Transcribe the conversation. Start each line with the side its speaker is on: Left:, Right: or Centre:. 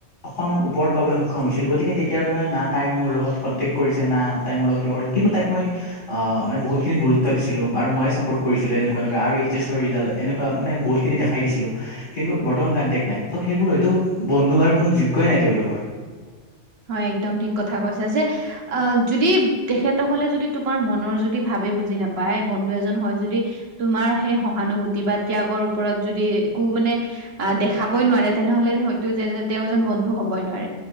Left: অকণমান ওপৰত পাবলৈ সক্ষম হৈছিলোঁ গতিকে তেতিয়াৰ পৰা না তাই মোৰ লগত কনটেক্ট কৰিছে না তাই মোৰ লগত কিবা কৰি কিন্তু তাইক মই মানে বহুত খিনি গুৰুত্ব দিছিলোঁ আৰু মই চাপ'ৰ্ট কৰিছিলোঁ এনেকুৱা এনেকুৱা আৰু এইছ এছৰ ৰিজাল্ট এনেকুৱা মানে বহুতখিনি দেখাই দিছিলোঁ। কিন্তু বৰ্তমান কনটেক্ট নাই ত' সেইবোৰ হয়তো বন্ধু হোৱাৰ কোনো যোগ্যই নাই তেওঁলোকৰ
Right: হয় একদম ঠিক কথা কৈছা যে আ যদি তেখেতসকলে যদি তোমাৰ মনৰ যদি ভাৱে বুজি নাপায় বন্ধু এজন হয় যদি তোমাৰ সেই সহানুভূতি বা ত্যাগৰ ওপৰত যদি একো মানে অ দেখাবই নোৱাৰে তেনেহলে হয়তো তেওঁ এজন বন্ধু হবই নোৱাৰে